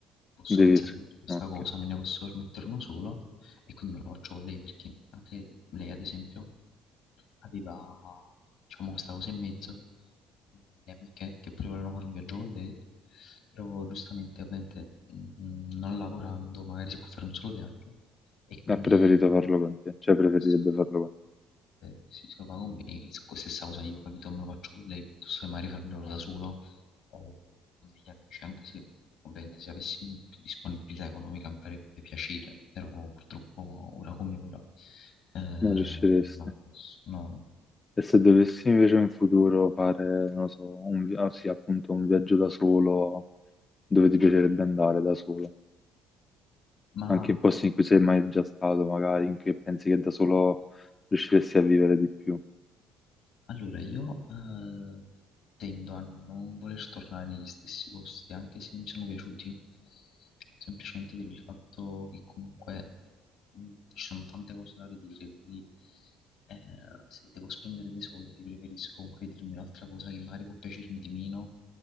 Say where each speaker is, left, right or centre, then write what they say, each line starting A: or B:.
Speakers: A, on the left; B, on the left.
A: posso
B: Devi...
A: pensare di fare questa
B: Ok,
A: cosa, me ne posso permettere uno solo e quindi me lo faccio con lei perché anche lei, ad esempio aveva, diciamo, questa cosa in mezzo con le amiche che pure volevano fare un viaggio con lei, però giustamente, ovviamente, mh, non lavorando magari si può fare un solo viaggio e quindi
B: ha preferito farlo con te, cioè preferirebbe
A: s-
B: farlo con te.
A: eh, si trova con me, s- stessa cosa io, capito, me lo faccio con lei, piuttosto che magari farmelo da solo o con degli amici, anche se ovviamente se avessi disponibilità economica mi farebbe piacere, però purtroppo ora come ora eh, non
B: Non riusciresti.
A: posso, no, no.
B: E se dovessi invece in futuro fare, non lo so, un, vi- ah, sì, appunto, un viaggio da solo, dove ti piacerebbe andare da solo?
A: Ma
B: Anche in posti in cui sei mai già stato, magari, in cui pensi che da solo riusciresti a vivere di più,
A: Allora, io eh, tendo a non voler tornare negli stessi posti, anche se mi sono piaciuti, semplicemente per il fatto che comunque mh, ci sono tante cose da vedere, quindi eh, se devo spendere dei soldi preferisco comunque vedermi un'altra cosa che magari può piacermi di meno,